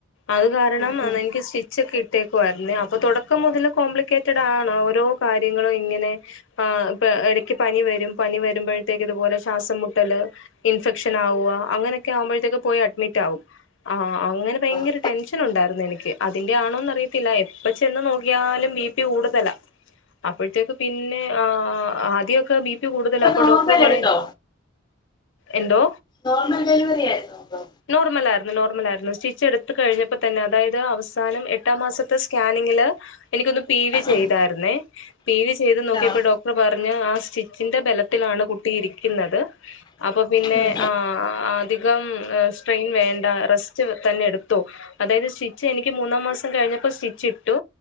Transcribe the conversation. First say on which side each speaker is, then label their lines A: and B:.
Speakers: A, on the left (about 65°); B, on the left (about 20°).
A: അത് കാരണം
B: ഉം ഉം
A: എനിക്ക് സ്റ്റിച്ചക്കെ ഇട്ടേക്കുമായിരുന്നേ അപ്പൊ തൊടക്കം മുതൽ കോംപ്ലിക്കേറ്റഡ് ആണ് ഓരോ കാര്യങ്ങളും ഇങ്ങനെ അഹ് ഇടക്ക് പനി വരും പനി വരുമ്പഴ ത്തേക്കു ഇതു പോലെ ശ്വാസം മുട്ടല് ഇൻഫെക്ഷൻ ആവ അങ്ങനൊക്കെ ആവുമ്പോഴത്തേക്ക് പോയി അഡ്മിറ്റ് ആകും ആഹ് അങ്ങനെ ഭെയ്ങ്കര
B: ആഹ്
A: ടെൻഷന് ഉണ്ടായിരുന്നു എനിക്ക് അതിന്റെ ആണോന്ന് അറിയത്തില്ല എപ്പ ചെന്ന് നോക്കിയാലും ബ പി കൂടുതല അപ്പോഴത്തേക്ക് പിന്നെ ആദ്യൊക്കെ ബി പി കൂടുതലാ അപ്പൊ
B: നോർമൽ
A: ഡോക്ടർ പറയും
B: എടുത്തോ
A: എന്തോ
B: നോർമൽ ഡെലിവറി ആയിരുന്നോ അപ്പൊ
A: നോർമല ആര്ന്നു നോർമൽ ആയിരുന്നു സ്റ്റിച്ച് എടുത്ത് കഴിഞ്ഞപ്പ തന്നെ അതായത് അവസാനം എട്ടാം മാസത്തെ സ്കാനിങ്ങില് എനിക്കൊന്ന് പി വി ചെയ്തായ്ര്ന്നേ
B: ഉം
A: പി വി ചെയ്ത് നോക്കിയേപ്പോ
B: ആഹ്
A: ഡോക്ടർ പറ ഞ്ഞു ആ സ്റ്റിച്ചിന്റെ ബലത്തിലാണ് കുട്ടി ഇരിക്ക്ന്നത് അപ്പ പിന്നെ
B: ഉം
A: ആഹ് അധികം സ്ട്രെയിൻ വേണ്ട റെസ്റ്റ് തന്നെ എടുത്തൊ അതായത് സ്റ്റിച്ച് എനിക്ക് മൂന്നാം മാസം കഴി അപ്പോ സ്റ്റിച്ച ഇട്ടു